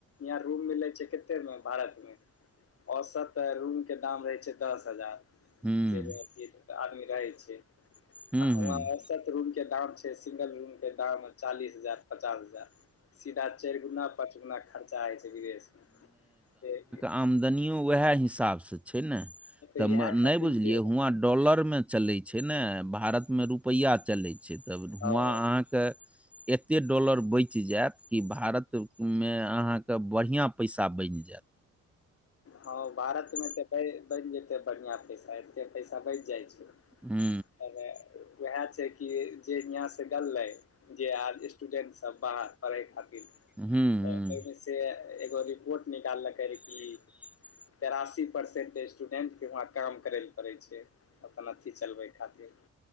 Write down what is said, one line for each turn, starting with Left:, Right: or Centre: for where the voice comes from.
Left: यहाँ रूम मिलै छै कते मे भारत मे? औसत रूम के दाम रहै छै दस हजार।
Centre: हुँ,
Left: जे अथी आदमी रहै छै आ
Centre: हुँ,
Left: हुवां
Centre: हुँ।
Left: सत रूमके दाम छै सिंगल रूमके दाम चालीस हजार पचास हजार। सीधा चारि गुना पाँच गुना खर्चा होइ छै विदेशमे।
Centre: आमदनिओ वएह हिसाब से छै ने तऽ
Left: इएह खातिर
Centre: नहि बुझलियै
Left: के
Centre: हुआं डॉलरमे चलैत छै ने भारत में रुपैया चलैय छै त हुवां
Left: हँ
Centre: एते डाॅलर बचि जायत कि भारत में अहां के बढ़िआँ पैसा बनि जायत‌।
Left: हँ भारतमे तऽ बनि जेतै बढ़िआँ पैसा एतेक पैसा बचि जाइ छै।
Centre: हू।
Left: हमे वएह छै कि जे हियाँ से गल्लै जे आज स्टूडेन्ट सभ बाहर पढै़य खातिर
Centre: हूँ हूँ
Left: तऽ ओहिमे से एगो रिपोर्ट निकाललकै
Centre: <inaudible>
Left: कि तेरासी परसेन्ट स्टूडेन्टके वहाँ काम करै लए पड़ै छै। अपन अथि चलबै खातिर।